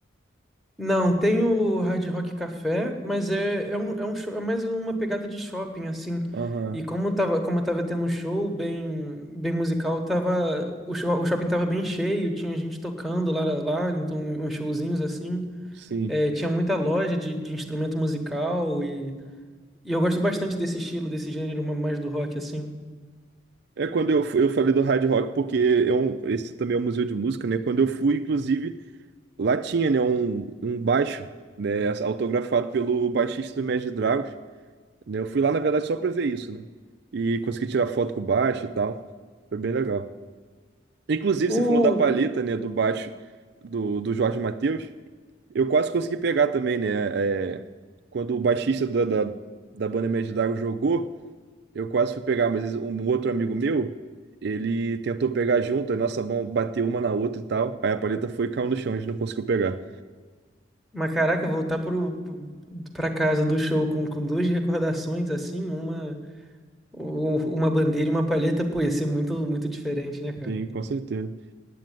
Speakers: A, in the centre; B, on the right (about 55°).
A: Não, tem o Hard Rock Café, mas é, é, um, é, um show, é mais uma pegada de shopping, assim.
B: Aham,
A: E como tava, como tava tendo um show bem, bem musical, tava, o, show, o shopping tava bem cheio, tinha gente tocando lá, lá, então uns showzinhos assim.
B: sim.
A: É, tinha muita loja de, de instrumento musical e, e eu gosto bastante desse estilo, desse gênero ma- mais do rock, assim.
B: É quando eu fui, eu falei do Hard Rock porque é um, esse também é um museu de música, né? Quando eu fui, inclusive, lá tinha, né, um, um baixo, né, autografado pelo baixista do Imagine Dragons, né? Eu fui lá, na verdade, só para ver isso, né? E consegui tirar foto com o baixo e tal. Foi bem legal. Inclusive,
A: O,
B: você falou da palheta, né, do baixo do, do Jorge Mateus. Eu quase consegui pegar também, né? é, quando o baixista da, da, da banda Média d'Água jogou, eu quase fui pegar, mas um um outro amigo meu, ele tentou pegar junto, a nossa mão bateu uma na outra e tal. Aí a palheta foi e caiu no chão, a gente não conseguiu pegar.
A: mas caraca, voltar pro, pro- pra casa do show com, com duas recordações, assim, uma. O- Uma bandeira e uma palheta, pô, ia ser muito, muito diferente, né, cara?
B: Sim, com certeza.